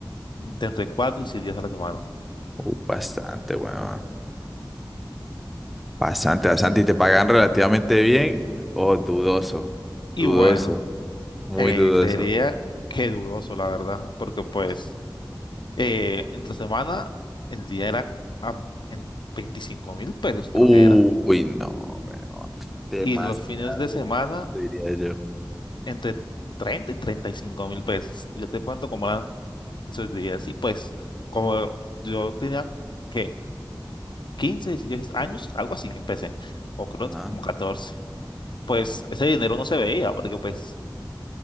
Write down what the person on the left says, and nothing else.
de entre cuatro y seis días a la semana.
Y bueno,
eh,
creería que dudoso, la verdad, porque pues
eh, entre semana el día era a- en 25 mil pesos, creo
que era.
Y los fines de semana
entre 30 y 35 mil pesos. Yo te cuento cómo eran eso días. Y pues, como yo tenía, ¿qué? quince 16 años, algo así, empecé. O creo
que como catorce Pues ese dinero no se veía, porque pues